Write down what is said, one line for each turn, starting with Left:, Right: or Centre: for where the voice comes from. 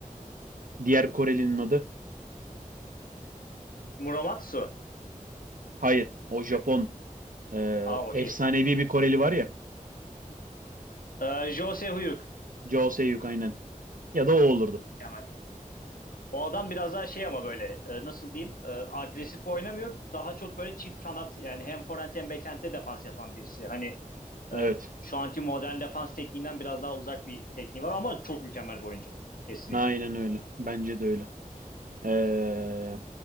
Right: diğer Korelinin adı?
Left: Muramatsu.
Right: Hayır o Japon
Left: Yok.
Right: e,
Left: Aa okey
Right: efsanevi
Left: tamam doğru.
Right: bir Koreli var ya.
Left: Ee, Jose Huyuk.
Right: Jo Se-hyuk aynen. Ya da o olurdu.
Left: Mükemmel ya. O adam biraz daha şey ama böyle e, nasıl diyeyim e, agresif oynamıyor. Daha çok böyle çift kanat yani hem forvent hem bekente defans yapan birisi. Hani
Right: Evet
Left: e, şu anki modern defans tekniğinden biraz daha uzak bir tekniği var ama çok mükemmel bir oyuncu. Kesinlikle.
Right: aynen öyle. Bence de öyle. Ee,